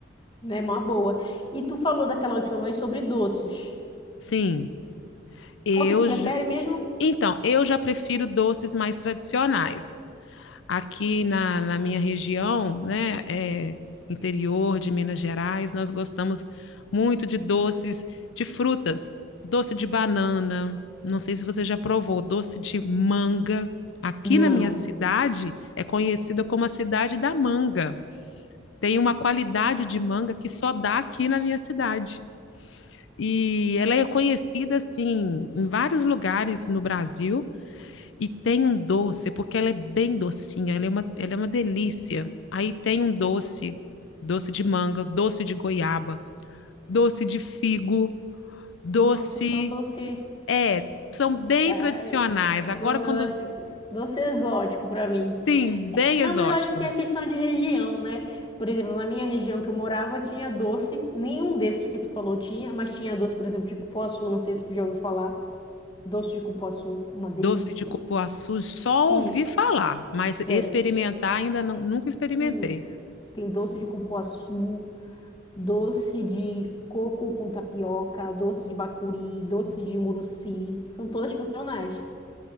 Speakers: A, on the left; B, on the left.
A: né? Uma boa. E tu falou daquela última vez sobre doces.
B: Sim, eu
A: Qual que tu prefere
B: já...
A: mesmo?
B: Então, eu já prefiro doces mais tradicionais. Aqui na, na minha região, né, é, interior de Minas Gerais, nós gostamos muito de doces de frutas, doce de banana. Não sei se você já provou, doce de manga. Aqui
A: Não.
B: na minha cidade é conhecida como a cidade da manga. Tem uma qualidade de manga que só dá aqui na minha cidade. E ela é conhecida assim em vários lugares no Brasil, e tem um doce, porque ela é bem docinha, ela é uma, ela é uma delícia. Aí tem um doce, doce de manga, doce de goiaba, doce de figo, doce.
A: Nossa, só doce.
B: É, são bem
A: Ai,
B: tradicionais. Agora,
A: eu, eu,
B: quando.
A: assim, doce exótico para mim.
B: Sim, bem
A: Não,
B: exótico.
A: mas eu acho que é questão de região, né? Por exemplo, na minha região que eu morava, tinha doce. Nenhum desses que tu falou tinha, mas tinha doce, por exemplo, de cupuaçu. Não sei se tu já ouviu falar. Doce de cupuaçu, uma delícia.
B: Doce de cupuaçu, só
A: Isso,
B: ouvi falar, mas experimentar
A: é,
B: ainda não, nunca experimentei.
A: isso. Tem doce de cupuaçu, doce de coco com tapioca, doce de bacuri, doce de muruci. São todas funcionais.